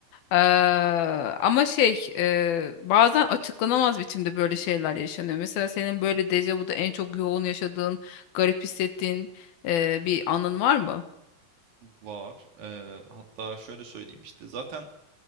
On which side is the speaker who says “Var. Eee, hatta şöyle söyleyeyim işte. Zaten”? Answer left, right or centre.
Right